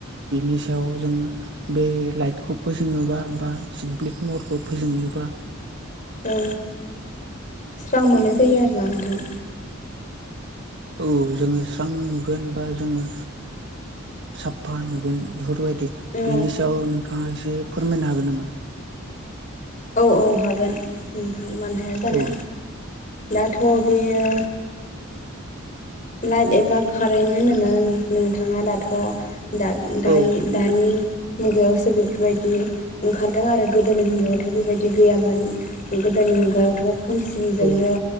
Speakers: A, on the right; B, on the left.
A: बिनि सायाव जोङो बे लाइटखौ फो <unintelligible> जोंब्लिथ महरखौ फोजोंहैयो बा
B: औ स्रां मोननाय जायो आरो ना नोंथां।
A: औ जोङो स्रां नुगोन बा जोङो साफा नुगोन बेफोरबायदि
B: औ
A: बेनि सायाव नोंथाङा एसे फोरमायनो हागोन नामा?
B: औ औ हागोन नोंथां मानो हाया जानो
A: औ
B: दाथ' बेयो लाइट एबा कारेन्ट होनोब्ला नोंथाङा दाथ' दा-दा-दानि
A: औ
B: मुगायावसो बेफोरबायदि ओंखारदों आरो गोदोनि मुगायावथ' बेबायदि गैयामोन। गोदोनि मुगायावथ' खोमसिजोंनो
A: औ